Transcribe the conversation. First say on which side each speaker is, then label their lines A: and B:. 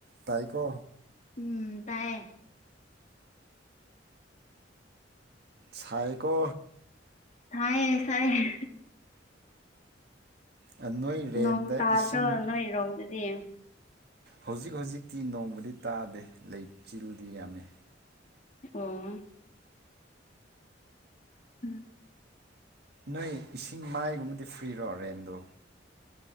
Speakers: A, on the right; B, on the left.
A: ꯇꯥꯏꯀꯣ
B: ꯎꯝ ꯇꯥꯏꯌꯦ
A: ꯁꯥꯏꯀꯣ
B: ꯊ ꯁꯔꯦ
A: ꯑ ꯅꯣꯏ ꯔꯦꯟꯗ
B: ꯅꯣꯡ ꯇꯥꯗ꯭ꯔꯣ
A: ꯏꯁꯤꯡ
B: ꯅꯣꯏꯔꯣꯝꯗꯗꯤ
A: ꯍꯧꯖꯤꯛ ꯍꯧꯖꯤꯛꯇꯤ ꯅꯣꯡꯃꯗꯤ ꯇꯥꯗꯦ ꯂꯩꯆꯤꯜꯗꯤ ꯌꯥꯝꯃꯤ
B: ꯑꯣ ꯎꯝ
A: ꯅꯣꯏ ꯏꯁꯤꯡ ꯃꯥꯏꯒꯨꯝꯕꯗꯤ ꯐ꯭ꯔꯤꯔꯣ ꯔꯦꯟꯗꯣ